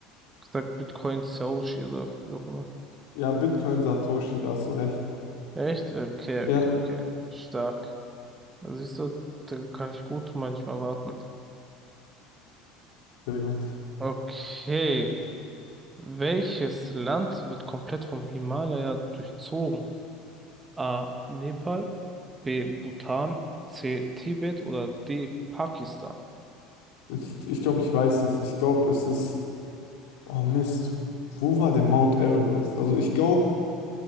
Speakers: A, on the right (about 20°); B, on the left (about 75°).
A: Ich sag Bitcoin Sushi oder wie auch immer.
B: Ja, Bitcoin Satoshi, da hast du recht.
A: Echt? Okay,
B: Ja,
A: okay, okay. Stark. Da Siehst du, da kann ich gut manchmal warten.
B: sehr gut.
A: Okay. Welches Land wird komplett vom Himalaya durchzogen? A. Nepal, B. Bhutan, C. Tibet oder D. Pakistan?
B: Ich, ich glaube, ich weiß das. Ich glaube, es ist. Oh Mist. Wo war der Mount Everest? Also ich glaube,